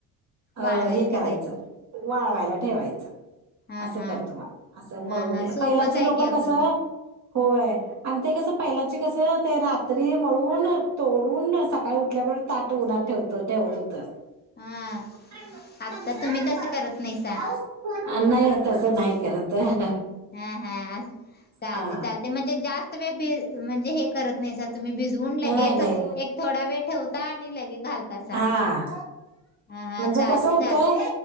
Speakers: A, on the right (about 35°); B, on the left (about 20°).
A: अं
B: वाळवायला
A: हे
B: ठेवायचं
A: करायचं वाळवायला ठेवायचं.
B: हा
A: असं
B: हा
A: करतो बघ असं मळून
B: हा हा सोपंच
A: पहिल्या जी
B: आहे
A: लोकं
B: घ्या
A: कसं
B: पद
A: होय आणि ते कसं पहिलाचे कसं तर ते रात्री मळून, तोडून सकाळी उठल्याबरोबर ताट उन्हात ठेवता त ठेवत होतं <unintelligible>
B: हा आता तुम्ही तसं करत नाहीसा
A: अन.... नाही, तसं नाही खरं तरं
B: हा हा असं चालतंय
A: हा
B: चालतंय म्हणजे जास्त वेळ भी म्हणजे हे करत नाहीसा तुम्ही भिजवून लगेच
A: नाही नाही.
B: एक थोडा वेळ ठेवता आणि लगेच घालतासा
A: हा
B: हा हा
A: म्हणजे
B: चालते
A: कसं होतंय
B: चाल